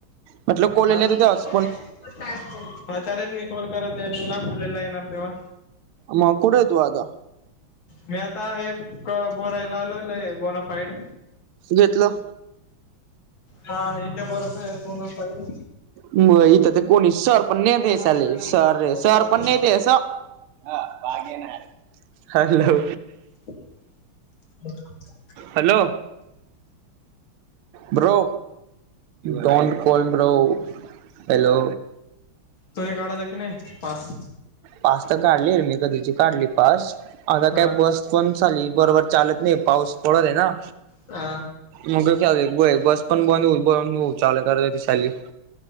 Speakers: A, on the right; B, on the left.
A: म्हटल कॉल
B: हा
A: लेले तो त्यावेळेस
B: हा चालेल मी कॉल करत जाईल तुला मुलेला येणार तेव्हा.
A: म कुठंय तू आता
B: मी आता आहे बोरायला आलेलोय बोना फाईड
A: घेतलं.
B: हा इथे भरत आहे बोनाफाईल
A: मग इथं तर कोणी सर पण नेते
B: माझ्याकडे
A: चालेल सर
B: डॉक्युमेंट
A: सर पण नेते स ह hello
B: <unintelligible>
A: hello bro don't call bro hello
B: तुने काढायला की नाय पास
A: पास त काढली मी कधीची काढली पास आता
B: हा
A: काय बस पण चालली बरोबर चालत नाय पाऊस पडत आहे ना
B: आ
A: मग ख्याल बस पण बद बद चाले कार ती चालली.